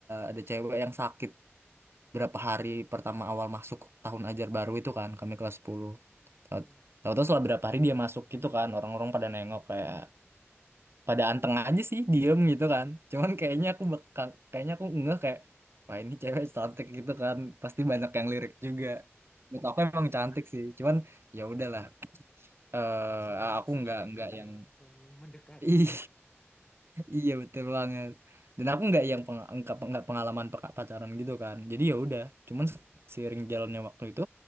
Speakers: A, on the right (about 60°); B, on the left (about 15°).
A: ada cewek yang sakit berapa hari pertama awal masuk tahun ajar baru itu kan kami kelas 10. Tahu-
B: Hmm,
A: tahu-tahu setelah berapa hari dia masuk gitu kan orang-orang pada nengok kayak pada anteng aja sih diem gitu kan cuman kayaknya aku bakal kayaknya aku ngeh kayak wah ini cewek cantik gitu kan pasti banyak yang lirik juga menurut aku emang
B: oke.
A: cantik sih cuman ya udahlah eh
B: Langsung beraksi
A: aku nggak
B: ya Enggar
A: nggak yang
B: ya, langsung mendekati.
A: <laughs> ih Iya betul banget. Dan aku nggak yang peng nggak nggak pengalaman peka- pacaran gitu kan. Jadi ya udah, cuman seiring jalannya waktu itu